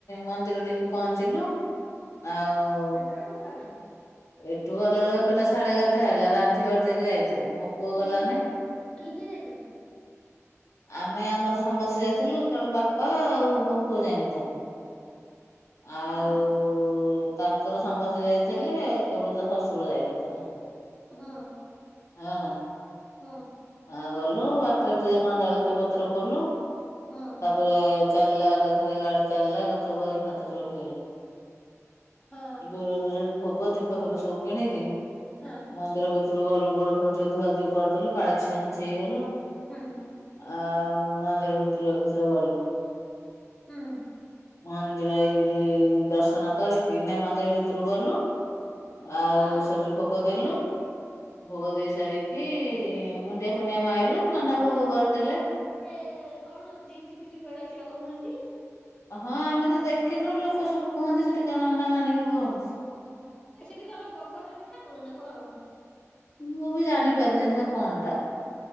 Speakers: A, on the left; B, on the left.
A: ମନ୍ଦିର ଠି ପହଁଚିଲୁ ଆଉ
B: କେତେଳେକୁୁ ଗଲା?
A: ଏଠୁ ଗଲା ବେଳକୁ ସାଢେଗାରଟା ହେଲା ରାତି ବାରଠୁ ସିଏ ଯାଇଚନ୍ତି। ପୁଅ
B: କି
A: ଗଲାନି।
B: କିଏ କିଏ ଯାଇଥିଲ?
A: ଆମେ ଆମର ସମସ୍ତେ ଯାଇଥିଲୁ କେବଳ ବାପା ଆଉ ମୋ ପୁଅ ଯାଇନଥେଲେ। ଆଉଉଉ
B: ହଁ
A: ତାଙ୍କର ସମସ୍ତେ ଯାଇଥେଲେ କେବଳ ତା ଶଶୁର ଯାଇନଥେଲା।
B: ହୁଁ।
A: <unintelligible>
B: ହଁ।
A: ଆ ଗଲୁ ବାଟରେ ଟିକେ କଣ ଜଳଖିଆ ପତ୍ର କଲୁ
B: ହଁ
A: ତା ପରେ ଚାଲିଲା ଏକାଥରେ ଗାଡି ଚାଲିଲା ଏକାଥରେ ଗୋରେଖ ନାଥ ଠି ଓଲେଲୁ।
B: ହଁ
A: ଗୋରୁଖ ଭୋଗ ଦୀପ ଫିପ ସବୁ କିଣିକି
B: ହଁ।
A: ମନ୍ଦିର ଭିତରୁକୁ ଗଲୁ ଗୋଡ ଫୋଡ ରେ ଧୁଆ ଧୁଇ କରିଦେଲୁ ପାଣି ଛିଛି ହେଇଗଲୁ।
B: ହୁଁ।
A: ଆଉ ମନ୍ଦିର ଭିତରକୁ <unintelligible> ଗଲୁ।
B: ହଁ।
A: ମନ୍ଦିର ଏଇ ଦର୍ଶନ କରିକି ନାଇ ମନ୍ଦିର ଭିତରକୁ ଗଲୁ। ଆଉ
B: ହଁ
A: ସେଠୁ ଭୋଗ ଦେଲୁ, ଭୋଗ ଦେଇ ସାରିକି ମୁଣ୍ଡିଆ ଫୁଣ୍ଡିଆ ମାଇଲୁ ନନା ଭୋଗ କରିଦେଲେ।
B: ଏ କଣ ଜିଟିପିଟି କୁଆଡେ ଅଛି ପା କହୁଛନ୍ତି।
A: ହଁ, ଆମେ ତ ଦେଖିନୁ ଲୋକ ସବୁ କୁହନ୍ତି ସେଠିକା ନନା ମାନେ ବି କହନ୍ତି।
B: ଏ ସେଠି କଣ ଗୋବରରେ ଠାକୁର ନା କଣ?
A: ମୁଁ ବି ଜାଣି ପାରୁନି ସେଟା କଁ ଟା?